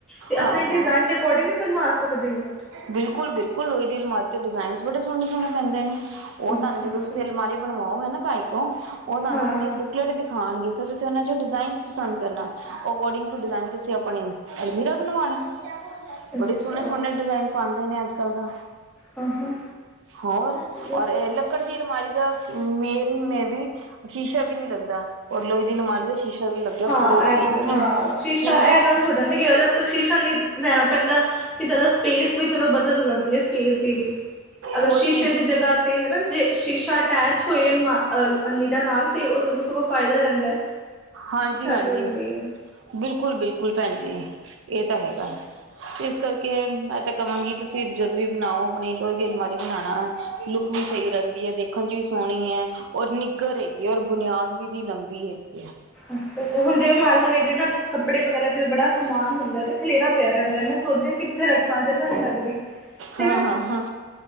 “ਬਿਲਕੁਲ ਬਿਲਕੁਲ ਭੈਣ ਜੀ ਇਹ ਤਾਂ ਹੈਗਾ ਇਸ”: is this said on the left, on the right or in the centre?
Right